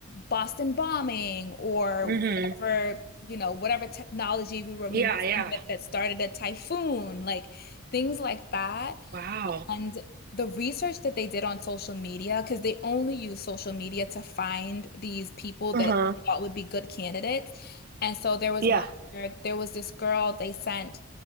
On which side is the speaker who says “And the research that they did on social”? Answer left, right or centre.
Left